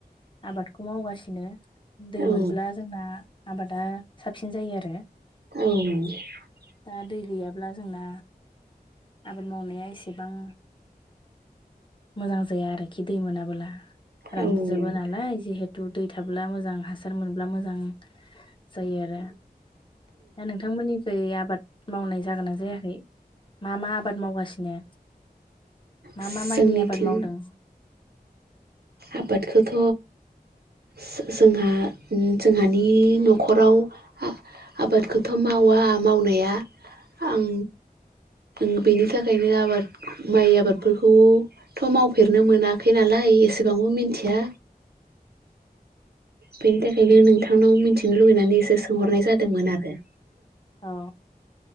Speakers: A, on the left; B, on the right.
A: आबादखौ मावगासिनो दै
B: औ
A: मोनब्ला जोंना आबादा साबसिन जायो आरो।
B: औ
A: दा दै गैयाब्ला जोंना आबाद मावनाया एसेबां मोजां जाया आरोखि दै मोनाबोला रानजोबो
B: औ उम
A: नालाय जिहे तु दै थाब्ला मोजां हासार मोनब्ला मोजां जायो आरो। दा नोंथांमोननिखै आबाद मावनाय जागोन ना जायाखै? मा मा आबाद मावगासिनो मा
B: जोंनिथिं
A: मा माइनि आबाद मावदों?
B: आबादखौथ' सो जोंहा जोंहानि न'खराव हा आबादखौथ' मावा मावनाया आं ओं बेनि थाखायनो आबाद माइ आबादफोरखौथ' मावफेरनो मोनाखै नालाय एसेबांबो मिथिया। बेनि थाखायनो नोंथांनाव मोनथिनो लुुबैनानै एसे सोंहरनाय जादोंमोन आरो।
A: औ